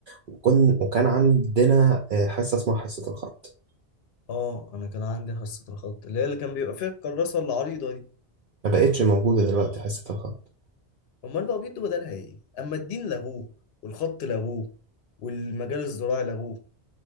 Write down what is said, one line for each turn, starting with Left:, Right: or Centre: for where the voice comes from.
Right: وكن وكان عندنا آه، حصة اسمها حصة الخط
Left: اه انا كان عندي حصه الخط اللي هي اللي كان بيبقى فيها الكراسه العريضه دي
Right: ما بقتش موجودة دلوقتي حصة الخط
Left: امال بقى بيدوا بدلها ايه اما الدين لغوه والخط لغوه والمجال الزراعي لغوه